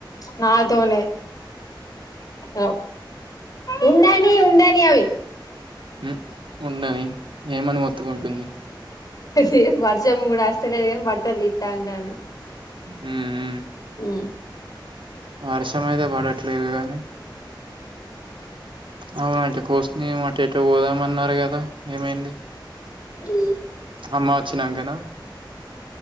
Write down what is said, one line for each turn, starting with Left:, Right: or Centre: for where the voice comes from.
Left: నా తోనే అవ్ ఉండనీ ఉండనీ అవి
Right: మ్ ఉండని ఏమని మోత్తుకుంటుంది
Left: హ వర్షం గూడా వస్తలేదు గానీ బట్టలు తిత్తా అంటాంది
Right: ఉమ్
Left: ఉ
Right: వర్షం అయితే పడట్లేదు గాని అవున అటు కోసుని అటు ఎటో పోదామన్నారు గదా ఏమైంది
Left: ఉ
Right: అమ్మా వచ్చినాంకనా